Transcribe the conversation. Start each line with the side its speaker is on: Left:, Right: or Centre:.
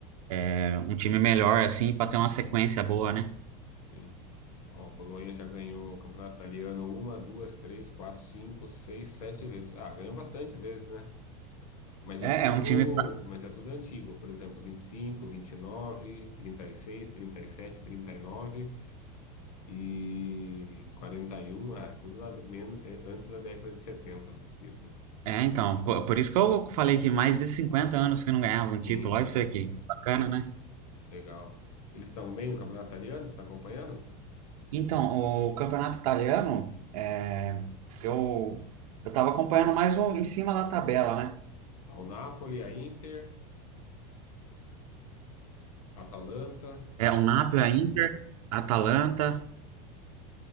Right: é, um time melhor, assim, para ter uma sequência boa, né?
Left: sim. Ó, o Bolonha já ganhou o Campeonato Italiano uma, duas, três, quatro, cinco, seis, sete vezes. Ah, ganhou bastante vezes, né? Mas
Right: É,
Left: é tudo,
Right: é um time. pra-
Left: mas é tudo antigo, por exemplo, vinte e cinco vinte e nove trinta e seis trinta e sete, trinta e nove e sete 41, ah, é tudo da, men- é antes da década de 70 os títulos.
Right: É, então, por, por isso que eu falei que mais de 50 anos que não ganhava um título,
Left: Sim, sim,
Right: olha isso aqui, que bacana, né?
Left: legal. Eles estão bem no campeonato italiano, você está acompanhando?
Right: Então, o campeonato italiano, é, eu, eu estava acompanhando mais um em cima da tabela, né?
Left: Tá o Napoli, a Inter, a Atalanta.
Right: É o Napoli, a Inter, a Atalanta.